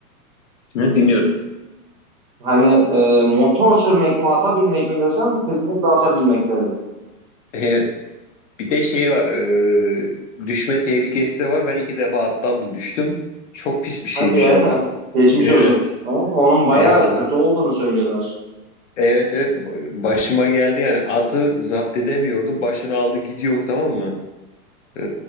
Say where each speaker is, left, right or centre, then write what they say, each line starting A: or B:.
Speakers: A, on the left (about 55°); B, on the right (about 35°).
A: ne dinliyorum?
B: hani e, motor sürmek mi ata binmek mi desem kesinlikle ata binmek derim.
A: Evet. Bir de şey var, e, düşme tehlikesi de var. Ben iki defa attan da düştüm. Çok pis bir şeymiş
B: Hadi ya
A: yani.
B: <laughs> geçmiş
A: Evet,
B: olsun. Ama onun bayağı
A: eyvallah.
B: kötü olduğunu söylüyorlar.
A: Evet evet başıma geldi yani atı zapt edemiyordum. Başını aldı gidiyor tamam mı? E,